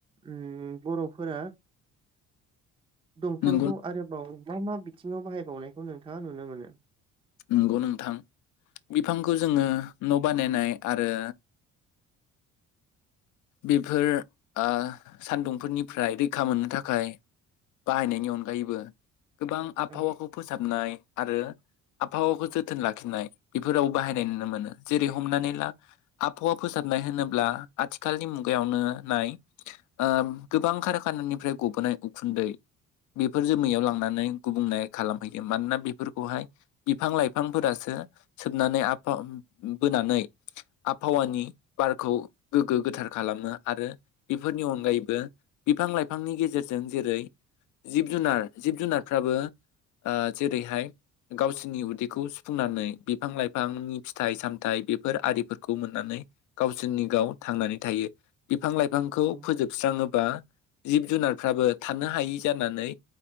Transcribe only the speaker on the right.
उम बर'फोरा दंफांखौ
आरोबाव मा मा बि थिङाव बाहायबावनायखौ नोंथाङा नुनो मोनो
औ
औ